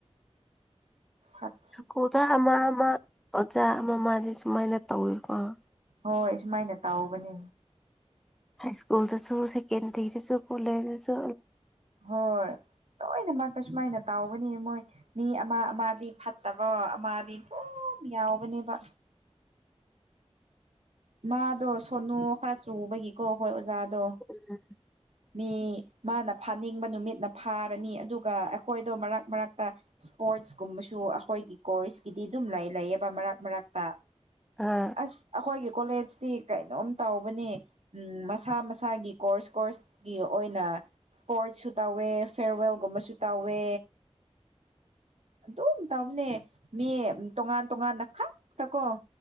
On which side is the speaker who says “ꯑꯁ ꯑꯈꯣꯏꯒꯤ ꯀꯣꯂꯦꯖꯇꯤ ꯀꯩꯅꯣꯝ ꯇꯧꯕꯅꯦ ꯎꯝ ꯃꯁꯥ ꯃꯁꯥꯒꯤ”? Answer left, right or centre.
Right